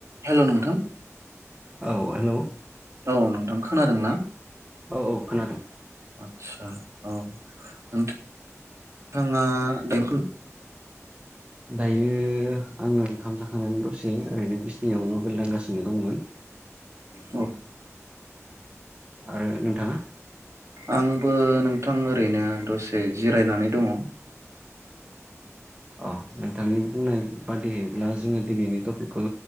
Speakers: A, on the right; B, on the right.
A: हेलौ नोंथां
B: औ हेलौ
A: औ नोंथां खोनादों ना?
B: औ औ खोनादों।
A: आदसा औ नोंथां नोंथाङा बेफोर,
B: दायो आङो ओंखाम जाखांनानै दसे ओरैनो बिसनियाव मबाइल दांगासिनो दंमोन।
A: औ
B: आरो नोंथाङा?
A: आंबो नोंथां ओरैनो दसे जिरायनानै दङो।
B: अ नोंथांनि बुंनाय बादिहै, ब्ला जोङो दिनैनि टपिकखौ